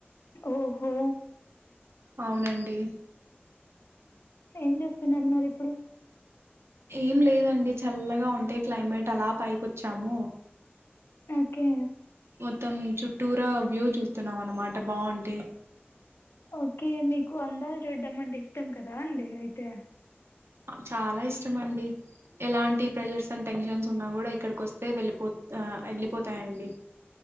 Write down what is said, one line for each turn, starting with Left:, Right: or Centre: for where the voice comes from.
Left: ఓహో
Right: అవునండి
Left: ఏం చేస్తున్నారు మరి ఇప్పుడు?
Right: ఏం లేదండి చల్లగా ఉంటే క్లైమేట్ అలా పైకొచ్చాము.
Left: ఓకే
Right: మొత్తం చుట్టూర వ్యూ చూస్తున్నాం అన్నమాట బావుంటే
Left: ఓకే మీకు అందాలు చూడ్డం అంటే ఇష్టం కదా అండి అయితే
Right: అ చాలా ఇష్టమ అండి ఎలాంటి ప్రెషర్స్ అండ్ టెన్షన్స్ ఉన్నా కూడా ఇక్కడికి వస్తే వెళ్ళిపో అ వెళ్ళిపోతాయండి.